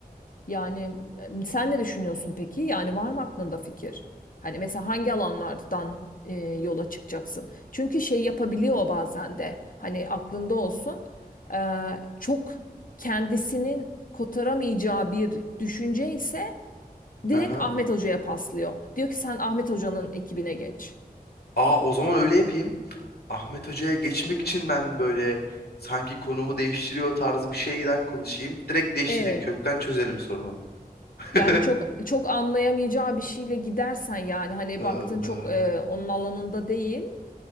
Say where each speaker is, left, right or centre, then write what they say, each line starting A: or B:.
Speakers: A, on the left; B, on the left.
A: Yani e, sen ne düşünüyorsun peki? Yani var mı aklında fikir? Hani mesela hangi alanlardan e, yola çıkacaksın? Çünkü şey yapabiliyor o bazen de. Hani aklında olsun. e, çok kendisinin kotaramayacağı bir düşünce ise direkt
B: Hı hı.
A: Ahmet Hoca'ya paslıyor. Diyor ki sen Ahmet Hoca'nın ekibine geç.
B: Aa o zaman öyle yapayım. Ahmet Hoca'ya geçmek için ben böyle sanki konumu değiştiriyor tarzı bir şeyden konuşayım. Direkt değiştireyim.
A: Evet.
B: Kökten çözelim sorunu. <laughs>
A: Yani çok çok anlayamayacağı bir şeyle gidersen yani hani
B: Ee,
A: baktın çok e, onun alanında değil.